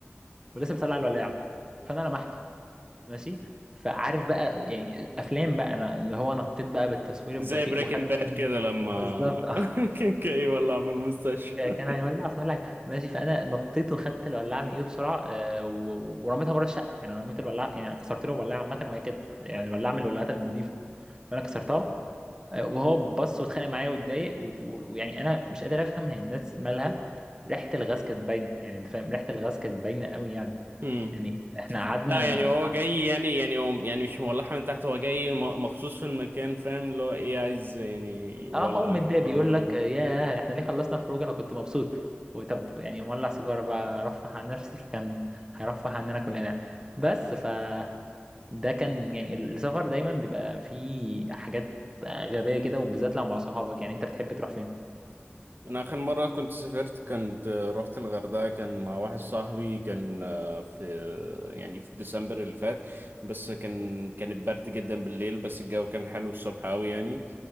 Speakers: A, on the right; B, on the right.
A: ولسه بيطلع الولاعه فانا لمحته ماشي فعارف بقى يعني افلام بقى انا اللي هو نطيت بقى بالتصوير البطيء
B: زي بريكنج
A: وخدت
B: باد
A: <laughs>
B: كده لما
A: بالظبط اه
B: <laughs> كان كاي ولع في المستشفى
A: كان
B: <laughs>
A: هيولع في ولع ماشي فانا نطيت وخدت الولاعه من ايده بسرعه آه، و- ورميتها بره الشقه يعني انا رميت الولاعه يعني كسرت له الولاعه عامه وهي كانت يعني ولاعه من الولاعات النظيفه فانا كسرتها آه، وهو بص واتخانق معايا واتضايق و- ويعني انا مش قادر افهم هي الناس مالها ريحه الغاز كانت باينه يعني انت فاهم ريحه الغاز كانت باينه قوي يعني
B: امم
A: يعني احنا قعدنا
B: لا يعني هو جاي يعني يعني هو يعني مش مولعها من تحت هو جاي م- مخصوص في المكان فاهم اللي هو ايه عايز يعني يولع
A: اه هو متضايق
B: يعني فاهم
A: بيقول
B: الموضوع
A: لك
B: كده
A: ياه احنا ليه خلصنا الخروج انا كنت مبسوط وطب يعني مولع سيجاره بقى رفه عن نفسي فكان هيرفه عننا كلنا بس ف ده كان يعني ال- السفر دايما بيبقى فيه حاجات غبية كده وبالذات لو مع صحابك يعني انت بتحب تروح فين
B: انا اخر مره كنت سافرت كنت آه، رحت الغردقه كان مع واحد صاحبي كان آه، في آه، يعني في ديسمبر اللي فات بس كان كانت برد جدا بالليل بس الجو كان حلو الصبح قوي يعني